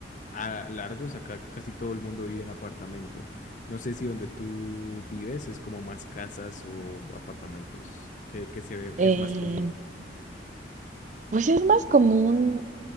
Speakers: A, on the left; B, on the right.
A: a- largos. Acá casi todo el mundo vive en apartamento. No sé si donde tú vives es como más casas o apartamentos, que, que se ve,
B: Eh,
A: que es más común.
B: Pues es más común